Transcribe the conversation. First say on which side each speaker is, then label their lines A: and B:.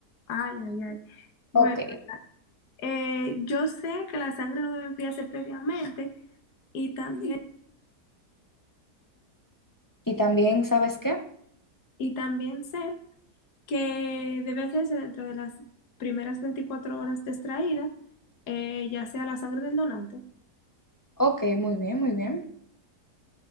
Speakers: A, on the left (about 70°); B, on the left (about 15°).
A: Ay, ay, ay. Bueno.
B: Ok.
A: Eh, yo sé que la sangre no debe enfriarse previamente y también,
B: ¿Y también sabes qué?
A: y también sé que debe hacerse dentro de las primeras 24 horas de extraída, eh, ya sea la sangre del donante.
B: Ok, muy bien, muy bien.